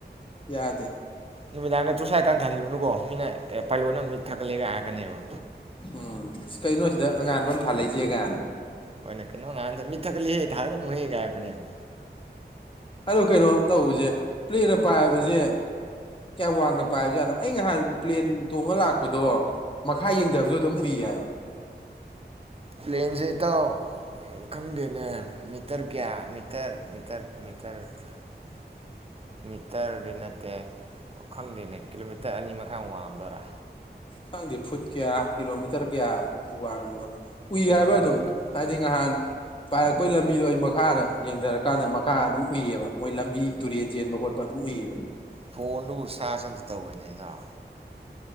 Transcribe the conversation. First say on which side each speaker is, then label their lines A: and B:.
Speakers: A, on the left; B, on the right.
A: ꯌꯥꯗꯦ
B: ꯅꯨꯃꯤꯗꯥꯡ ꯇꯣꯔꯁ ꯂꯥꯏꯇꯀꯥ ꯊꯥꯟꯖꯤꯜꯂꯨꯅꯨꯀꯣ ꯃꯤꯅ ꯑꯦ ꯄꯥꯏꯂꯣꯠꯅ ꯃꯤꯠ ꯊꯛꯒꯠꯂꯦꯒ ꯍꯥꯏꯔꯛꯀꯅꯦꯕ
A: ꯎꯝ ꯀꯩꯅꯣ ꯑꯁꯤꯗ ꯑꯉꯥꯟꯕ ꯑꯃ ꯊꯥꯜꯂꯛꯏꯁꯦ ꯀꯥꯏꯅ
B: ꯍꯣꯏ ꯀꯩꯅꯣ ꯉꯍꯥꯟꯗ ꯃꯤꯠ ꯊꯛꯀꯠꯂꯤꯍꯦ ꯊꯥꯂꯛꯀꯅꯨꯍꯦ ꯀꯥꯏ ꯍꯥꯏ ꯀꯅꯦꯕ
A: ꯑꯗꯨ ꯀꯩꯅꯣ ꯇꯧꯕꯁꯦ ꯄ꯭ꯂꯦꯟꯅ ꯄꯥꯏꯕꯁꯦ ꯀꯌꯥꯝ ꯋꯥꯡꯅ ꯄꯥꯏꯕꯖꯥꯠꯅꯣ ꯑꯩ ꯅꯍꯥꯟ ꯄ꯭ꯂꯦꯟ ꯇꯣꯡꯉ ꯂꯥꯛꯄꯗꯣ ꯃꯈꯥ ꯌꯦꯡꯊꯕꯗ ꯑꯗꯨꯝ ꯎꯏ ꯍꯥꯏꯕ
B: ꯄ꯭ꯂꯦꯟꯁꯦ ꯏꯇꯥꯎ ꯈꯪꯗꯦꯅꯦ ꯃꯤꯇꯔ ꯀꯌꯥ ꯃꯤꯇꯔ-ꯃꯤꯇꯔ -ꯃꯤꯇꯔ-ꯃꯤꯇꯔꯗꯤꯅ ꯁꯦ ꯈꯪꯗꯦꯅꯦ ꯀꯤꯂꯣꯃꯤꯇꯔ ꯑꯅꯤ ꯃꯈꯥꯏꯃꯨꯛ ꯋꯥꯡꯉꯝꯗꯣꯔꯥ
A: ꯈꯪꯗꯦ ꯐꯨꯠ ꯀꯌꯥ ꯀꯤꯂꯣꯃꯤꯇꯔ ꯀꯌꯥ ꯋꯥꯡꯕꯅꯣ ꯎꯏ
B: ꯀꯤꯂꯣꯃꯤꯇꯔ
A: ꯍꯥꯏꯕ ꯑꯗꯨꯝ
B: ꯑꯅꯤ ꯃꯈꯥꯏ
A: ꯍꯥꯏꯗꯤ ꯅꯍꯥꯟ ꯄꯥꯏꯔꯛꯄꯩ ꯂꯝꯕꯤꯗꯣ ꯑꯩ ꯃꯈꯥꯗ ꯌꯦꯡꯊꯔꯀꯥꯟꯗ ꯃꯈꯥ ꯑꯗꯨꯝ ꯎꯨꯏꯌꯦꯕ ꯃꯣꯏ ꯂꯝꯕꯤ ꯇꯨꯔꯦꯟ ꯆꯦꯟꯕ ꯈꯣꯠꯄ ꯑꯗꯨꯝ ꯎꯏꯌꯦꯕ
B: ꯐꯣꯟꯗꯨꯕꯨ ꯆꯥꯔꯖ ꯑꯝꯇ ꯇꯧꯒꯦꯅꯦ ꯏꯇꯥꯎ